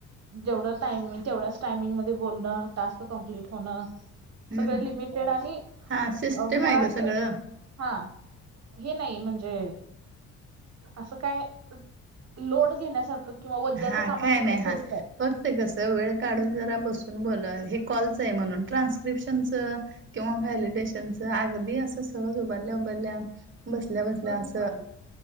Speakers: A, on the right; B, on the right.
A: जेवढं टाइमंग तेवढ्याच टाइमिंगमध्येध्ये बोलणं टास्क कंप्लीट होण.
B: हम्म
A: सगळे लिमिटेड आणि
B: हा सिस्टम
A: मुळात
B: आहे ग सगळं.
A: हा हे नाही म्हणजे असं काय लोड घेण्यासारखं किंवा वज्याचं
B: हा
A: काम
B: काय
A: असे
B: नाही
A: तर थोडीच
B: हा
A: आहे.
B: फक्त कसं वेळ काढून जरा बसून बोलला हे कॉलच आहे म्हणून ट्रान्स्क्रिप्शनचं किंवा व्हॅलिडेशनचं अगदी असं सगळच उभारल्या उभारल्या बसल्या बसल्या
A: दूध
B: अस
A: विचारलं